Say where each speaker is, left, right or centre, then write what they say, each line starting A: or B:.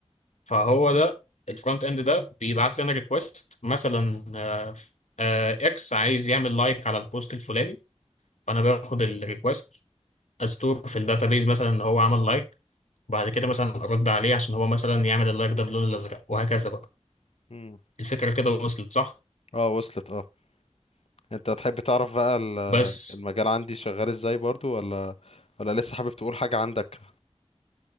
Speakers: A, on the left; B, on the left.
A: فهو ده الفرونت اند ده بيبعت لنا ريكوست مثلا آه، آه، اكس عايز يعمل لايك على البوست الفلاني فانا باخد الريكوست استور في الداتابيز مثلا ان هو عمل لايك وبعد كده مثلا ارد عليه عشان هو مثلا يعمل اللايك ده باللون الازرق وهكذا بقى
B: مم.
A: الفكره كده وصلت صح
B: اه وصلت اه انت تحب تعرف بقى ال-
A: بس
B: المجال عندي شغال ازاي برضو ولا ولا لسه حابب تقول حاجة عندك